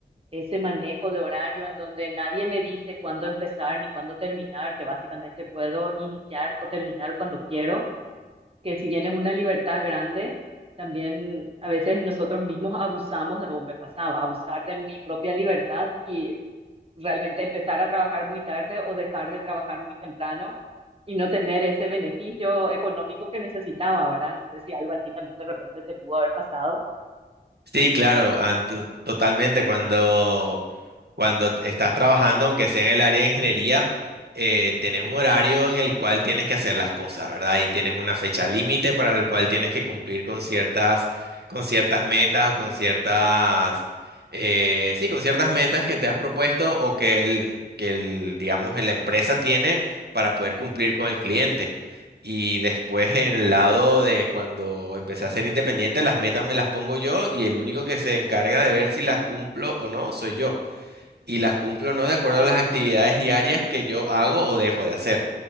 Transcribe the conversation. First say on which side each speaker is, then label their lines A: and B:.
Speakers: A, on the right (about 30°); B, on the right (about 65°).
A: ese manejo de horario en donde nadie me dice cuándo empezar ni cuándo terminar, que básicamente puedo iniciar o terminar cuando quiero que si bien es una libertad grande, también a veces nosotros mismos abusamos, de- o me pasaba, abusar de mi propia libertad y realmente empezar a trabajar muy tarde o dejar de trabajar muy temprano y no tener ese beneficio económico que necesitaba, ¿verdad? No sé si algo así también de repente te pudo haber pasado.
B: Sí, claro, ant- totalmente. Cuando Cuando estás trabajando, aunque sea en el área de ingeniería, eh, tenés un horario en el cual tienes que hacer las cosas, ¿verdad? Y tienes una fecha límite para el cual tienes que cumplir con ciertas, con ciertas metas o con ciertas, eh, sí, con ciertas metas que te has propuesto o que el, que el, digamos, la empresa tiene para poder cumplir con el cliente. Y después en el lado de cuando empecé a ser independiente, las metas me las pongo yo y el único que se encarga de ver si las cumplo o no soy yo y las cumplo no de
A: exacto
B: acuerdo a las actividades diarias que yo hago o dejo de hacer.